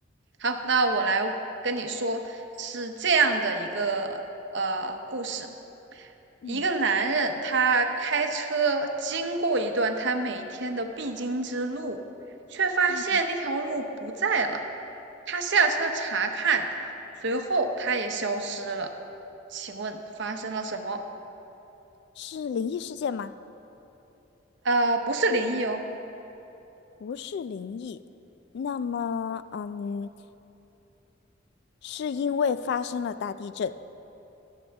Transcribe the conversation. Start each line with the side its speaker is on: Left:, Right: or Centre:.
Right: 好，那我来跟你说，是这样的一个呃故事，一个男人他开车经过一段他每天的必经之路，
Left: 嗯，
Right: 却发现那条路不在了。
Left: 嗯，
Right: 他下车查看，随后他也消失了。请问发生了什么？
Left: 是灵异事件吗？
Right: 呃，不是灵异哦，
Left: 不是灵异。那么，嗯，是因为发生了大地震，